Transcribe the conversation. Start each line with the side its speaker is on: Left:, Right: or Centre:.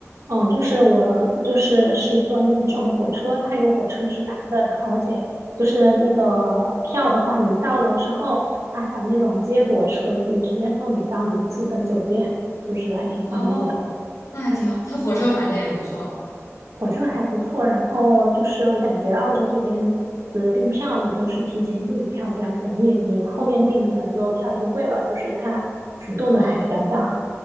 Right: 哦，就是我就是是坐那种火车，它有火车直达的，然后而且就是那个票的话，你到了之后，它还有那种接驳车可以直接送你到你住的酒店，就是还挺方便的。
Left: 哦，那还挺好，它火车环境也不错。
Right: 火车还不错，然后就是我感觉澳洲这边的订票，你都是提前订票比较便宜，你后面订可能就票就贵了，就是它浮动的还比较大。
Left: 嗯，